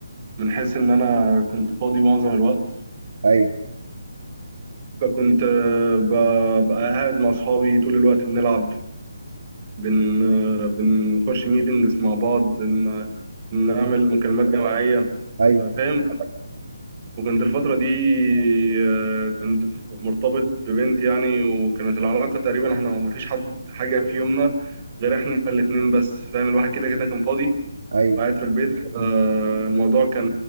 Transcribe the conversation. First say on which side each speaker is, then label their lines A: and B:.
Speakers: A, on the right; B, on the right.
A: من حيث ان انا كنت فاضي معظم الوقت
B: ايوه
A: فكنت آه، ب- ببقى قاعد مع اصحابي طول الوقت بنلعب بن آه، بنخش ميتنجز مع بعض بن- نعمل
B: ايوه
A: مكالمات جماعيه
B: ايوه
A: فاهم وكنت الفترة دي آه، كنت في- مرتبط ببنت يعني وكانت العلاقة تقريبا احنا ما فيش حد حاجة في يومنا غير احنا الاتنين بس فاهم الواحد كده كده كان فاضي
B: ايوه
A: وقاعد في البيت آه، الموضوع كان